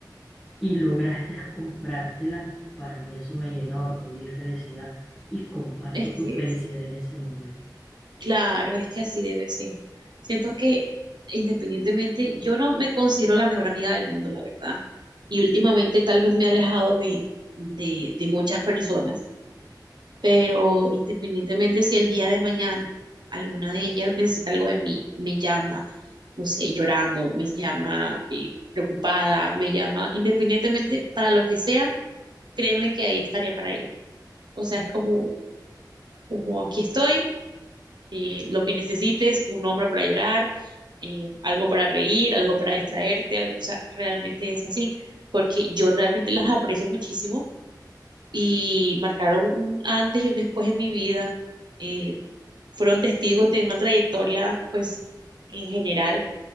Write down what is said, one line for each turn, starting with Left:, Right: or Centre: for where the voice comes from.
Centre: y lograste comprártela, para mí eso me llena de orgullo y felicidad y comparto
Right: Es que,
Centre: tu felicidad en ese momento.
Right: claro, es que así debe ser. Siento que independientemente, yo no me considero la mejor amiga del mundo, la verdad. Y últimamente tal vez me he alejado de, de, de muchas personas, pero independientemente si el día de mañana alguna de ellas necesita algo de mí, me llama, no sé, llorando, me llama eh, preocupada, me llama, independientemente para lo que sea, créeme que ahí estaría para ella. O sea, es como, como aquí estoy eh, lo que necesites, un hombre para llorar, eh, algo para reír, algo para distraerte, algo, o sea, realmente es así, porque yo realmente las aprecio muchísimo y marcaron un antes y un después en mi vida, eh, fueron testigos de una trayectoria, pues, en general,